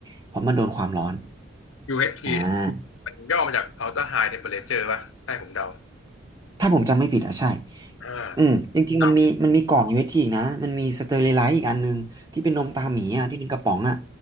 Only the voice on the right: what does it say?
เพราะมันโดนความร้อน
อ่า
ถ้าผมจำไม่ผิดอ่ะใช่
อืมจริงๆมันมีมันมีก่อน
UHT อชทีอีกนะมันมีสเตอ r i ไลซ์อีกอันหนึงที่เป็นนมตาหมีอ่ะที่เป็นกระป๋องอ่ะ